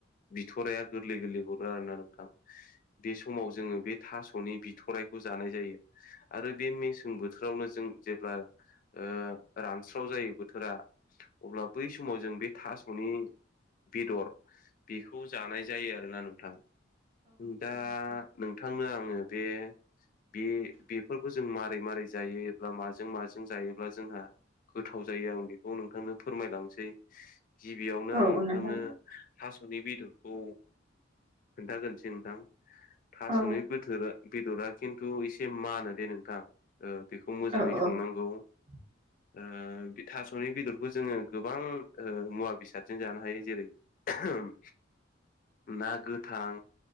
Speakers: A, on the left (about 45°); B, on the right (about 35°).
A: बिथराया गोरलै गोरलै हर आरोना नोंथां हो बे समाव जोङो बे थास'नि बिथराइखौ जानाय जायो हो आरो बे मेसें बो थोरावनो जों जेब्ला ओ रानस्राव जायो बोथोरा अब्ला बै समाव जों बे थास'नि बेदर बेखौ जानाय जायो आरोना नोंथां ओ दा नोंथांनो आङो बे बे‌ बेफोरखौ जों मारै मारै जा जायोब्ला माजों माजों जायोब्ला जोंहा गोथाव जायो आं बेखौ नोंथांनो फोरमायलांसै गिबिआवनो
B: औ
A: आं नोंथांनो
B: औ नोंथां औ नोंथां
A: थास'नि बेदरखौ जागोनसै नोंथां थासनि
B: औ
A: बोथार बेदरा खिन्थु एसे मानो दे नोंथां ओ बेखौ मोजाङै
B: औ औ
A: संनांगौ
B: <inaudible>
A: ओ बे थास'नि बेदरखौ जोङो गोबां मुवा बेसादजों जानो हायो जेरै उम ना गोथां